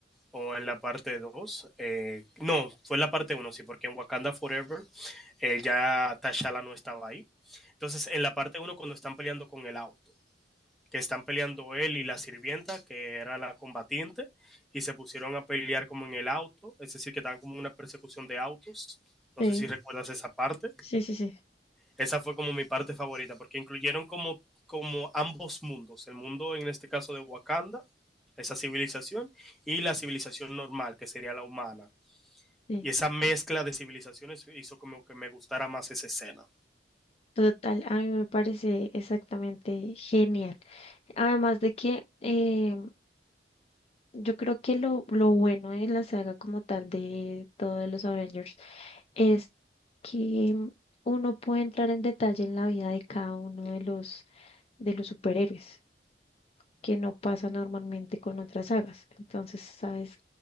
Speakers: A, in the centre; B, on the left.
A: o en la parte 2. eh, no, fue en la parte uno, sí, porque en Wakanda Forever eh, ya T'Challa no estaba ahí. Entonces, en la parte uno, cuando están peleando con el auto que están peleando él y la sirvienta, que era la combatiente, y se pusieron a pelear como en el auto, es decir, que estaban como en una persecución de autos. No
B: Sí,
A: sé si recuerdas esa parte.
B: sí, sí, sí. sí.
A: Esa fue como mi parte favorita, porque incluyeron como, como ambos mundos, el mundo en este caso de Wakanda, esa civilización, y la civilización normal, que sería la humana.
B: Sí,
A: Y esa mezcla de civilizaciones hizo como que me gustara más esa escena.
B: total, a mí me parece exactamente genial. Además de que eh, yo creo que lo, lo bueno de la saga como tal de todos los Avengers es que mm, uno puede entrar en detalle en la vida de cada uno de los, de los superhéroes. que no pasa normalmente con otras sagas. Entonces, sabes